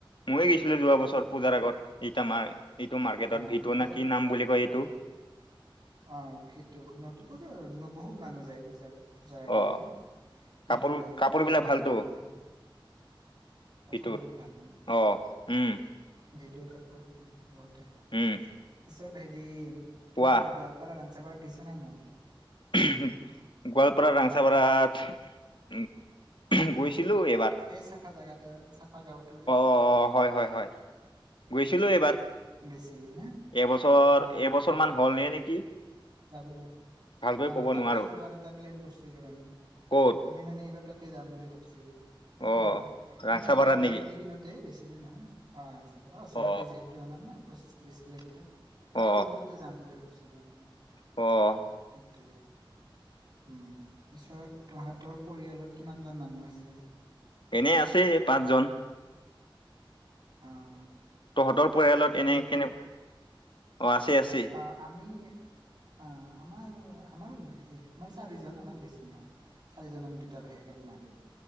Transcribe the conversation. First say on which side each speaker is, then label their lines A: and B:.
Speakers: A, on the left; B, on the right.
A: ময়ে গৈছিলো যোৱা বছৰ
B: বহুত
A: পূজাৰ
B: গেছিল
A: আগত এই এইটো মাৰ্কেটত
B: অ
A: ভি টু
B: পূজাত
A: নে কি নাম বুলি কয় এইটো।
B: অ ভি টু নতুন পূজাৰ বহুত মানুহ যায় পূজাৰ। পূজাৰ আগে
A: অ
B: আগে
A: কাপোৰ
B: বিহুৰ আগে
A: কাপোৰ
B: আগে
A: বিলাক
B: বহুত
A: ভালতো
B: মানুহ যায়। কাপোৰবিলাক
A: ভিতুৰ
B: ভাল উম।
A: অ উম
B: ভি টুৰ কাপোৰ উম বহুতে
A: উম
B: পিছত হেৰি
A: কোৱা
B: কিবা কয় গোৱালপাৰা ৰাংচাপাৰাত গেইছা নে নাই?
A: উমহ গোৱালপাৰ ৰাংচাপাৰত
B: গোৱাল
A: উমহ
B: উম
A: গৈছিলো এবাৰ।
B: এই চাফা জেগাতো চাফা গাঁৱতো যে।
A: অ হয় হয় হয় গৈছিলোঁ
B: উম
A: এবাৰ
B: গৈছিলি না
A: এবছৰ
B: আহ
A: এবছৰ মান হলে নেকি
B: যাব লাগে
A: ভালকৈ
B: অ
A: ক'ব
B: তাতেই
A: নোৱাৰো
B: যোৱাৰ এটা প্লেন কৰিছিলোঁ আমি
A: ক'ত
B: আমি মানে এইবাৰ তাতে যাম বুলি ভাব ছিলোঁ এ
A: অ
B: ইয়াতে
A: ৰাংচাপাৰাত
B: মানে এই
A: নেকি
B: কেইদিনতে বেছি দিন নহয় অ ৰাংচাপাৰা ওচৰতে
A: অ
B: যিহেতু আমাৰ ন পঁচিছ, ত্ৰিছ কিলোমিটাৰ তা
A: অ
B: এইকেইদিনত তে যাম বুলি ভাবিছিলোঁ মানে
A: অঁ
B: সেটোৱে উম পিছত তহঁতৰ পৰিয়ালত কিমানজন মানুহ আছে?
A: এনে আছে পাঁচজন
B: অ'।
A: তহঁতৰ পৰিয়ালত
B: চবেই
A: এনে কেনে? অঁ, আছে, আছে।
B: আ আমি অঁ, আমাৰ আমাৰ সেই আমাৰ চাৰিজন, আমাৰ বেছি নহয়। চাৰিজন আমি দুটা ভাইয়েক আৰু মা-দেউ